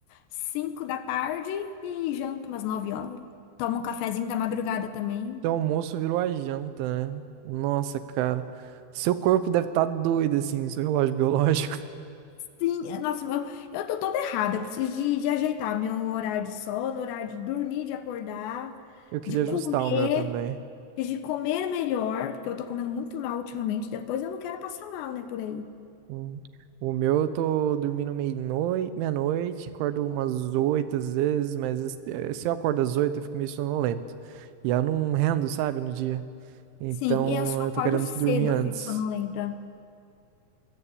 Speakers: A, on the left; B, on the right.
A: cinco da tarde e janto umas nove horas. Tomo um cafezinho da madrugada também.
B: Seu almoço virou a janta, né? Nossa, cara. Seu corpo deve estar doido, assim, seu relógio biológico.
A: Sim, é, nossa, meu, eu tô toda errada, eu preciso de, de ajeitar meu horário de sono, horário de dormir, de acordar,
B: <laughs> Eu queria
A: de comer,
B: ajustar o meu também.
A: de comer melhor, porque eu tô comendo muito mal ultimamente, depois eu não quero passar mal, né, por aí.
B: Hum. O meu eu tô dormindo meia-noite, meia-noite, acordo umas oito às vezes, mas es- eh, se eu acordo às oito eu fico meio sonolento. E eu não rendo, sabe, no dia. Então
A: Sim, eu só acordo
B: eu tô querendo
A: cedo,
B: dormir antes.
A: eu fico sonolenta.